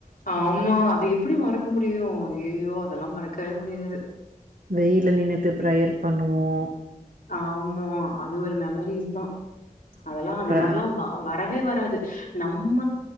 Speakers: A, on the left; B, on the right.
A: ஆம்மா அது எப்பிடி மறக்க முடியு ஐய்யய்யோ அதெல்லா மறக்கவே முடியாது
B: வெயில்ல நின்னுட்டு ப்ரெயர் பண்ணுவோ
A: ஆம்மா அது ஒரு மெமரீஸ் தா
B: ஆமா
A: அதெல்லா அந்த
B: ப்ர
A: மாரில்லா வ வர வே வராது நம்ம